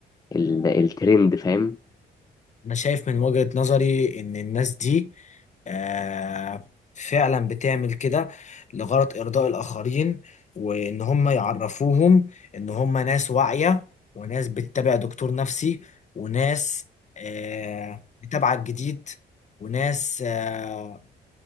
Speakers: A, on the left; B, on the left.
A: ال... الترند فاهم؟
B: انا شايف من وجهة نظري ان الناس دي آه، فعلا بتعمل كده لغرض ارضاء الاخرين وان هم يعرفوهم ان هم ناس واعية وناس بتتابع دكتور نفسي وناس آه، متابعة الجديد وناس آه،